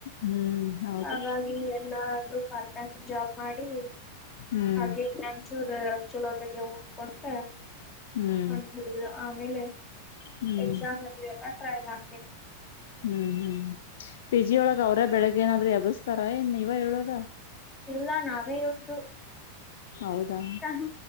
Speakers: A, on the left; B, on the left.
A: ಹ್ಮ್ ಹೌದು
B: ಹಾಗಾಗಿ ಎಲ್ಲಾದೂ ಪಾರ್ಟ್ ಟೈಮ್ ಜಾಬ್ ಮಾಡಿ
A: ಹ್ಮ್
B: ಹಾಗೆ ಚೂರು ಚಲೋತೆಗೆ ಓದ್ಕೊಂತ
A: ಹ್ಮ್
B: ಕೊಂಡಬಿಡು ಆಮೇಲೆ
A: ಹ್ಮ್
B: ಎಕ್ಸಾಮ್ ಅಲ್ಲಿ ಎಲ್ಲ ಟ್ರೈ ಮಾಡ್ತೀನಿ
A: ಹ್ಮ್ ಹ್ಮ್ ಪಿ ಜಿ ಒಳಗ ಅವ್ರ ಬೆಳಿಗ್ ಏನಾದ್ರೂ ಯಬಿಸತಾರ ಏನ್ ನೀವ ಹೇಳೋದ
B: ಇಲ್ಲ ನಾವೇ ಒಂದು
A: ಹೌದಾ
B: ಸಣ್ಣ